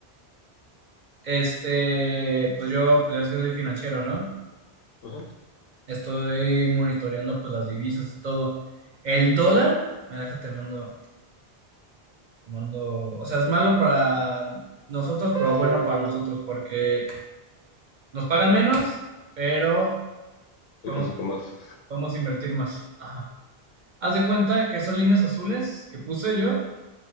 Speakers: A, on the right (about 55°); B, on the left (about 70°).
A: Este, pues yo, pues ya es que soy financiero, ¿no?
B: Ajá.
A: Estoy monitoreando pues las divisas y todo. El dólar, me deja te mando, te mando, o sea, es malo para nosotros, pero bueno para nosotros porque nos pagan menos, pero podemos,
B: Alcanza para más.
A: podemos invertir más. Ajá. Haz de cuenta que esas líneas azules que puse yo,